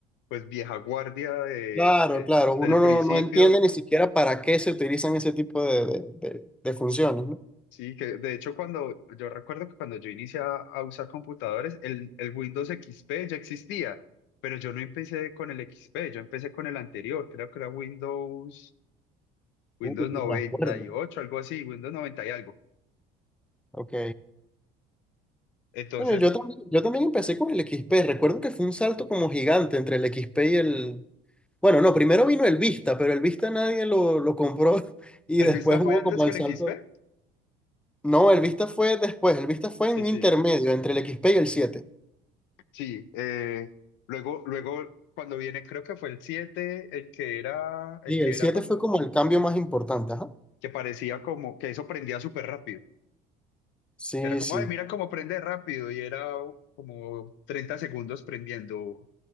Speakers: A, on the left (about 70°); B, in the centre.
A: pues vieja guardia de,
B: Claro,
A: de-
B: claro, uno
A: del principio,
B: no, no entiende ni siquiera para qué se utilizan ese tipo de, de- de- de funciones, ¿no?
A: sí, que de hecho cuando, yo recuerdo que cuando yo inicié a, a usar computadores, el, el Windows XP ya existía, pero yo no empecé con el XP, yo empecé con el anterior, creo que era Windows, Windows
B: Uy,
A: noventa
B: me acuerdo.
A: y ocho algo así, Windows 90 y algo.
B: Ok.
A: Entonces,
B: Coño, yo también, yo también empecé con el XP. Recuerdo que fue un salto como gigante entre el XP y el... Bueno, no, primero vino el Vista, pero el Vista nadie lo, lo compró <laughs> y
A: ¿el
B: después
A: Vista fue
B: hubo
A: antes
B: como
A: que
B: el
A: el
B: salto.
A: XP?
B: No, el Vista fue después, el Vista fue
A: Sí,
B: en
A: sí,
B: intermedio entre el X XP y el siete.
A: sí. eh, luego, luego, cuando viene, creo que fue el siete el que era, el
B: Y
A: que
B: el
A: era
B: 7
A: como,
B: fue como el cambio más importante, ajá.
A: que parecía como, que eso prendía súper rápido.
B: Sí,
A: que era como,
B: sí,
A: ay, mira cómo prende rápido, y era como 30 segundos prendiendo,